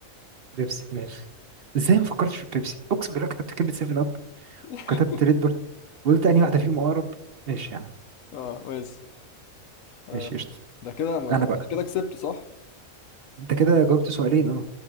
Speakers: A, on the right; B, on the left.
A: بيبسي ماشي إزاي ما فكرتش في بيبسي أقسم بالله كتبت كلمة سيفن أب
B: <laughs>
A: وكتبت ريد بول وقلت أنهي واحدة فيهم أقرب ماشي يا عم
B: اه ماشي آه،
A: ماشي قشطة
B: ده كده م- أنا
A: أنا بقى
B: كده كسبت صح؟
A: أنت كده جاوبت سؤالين أه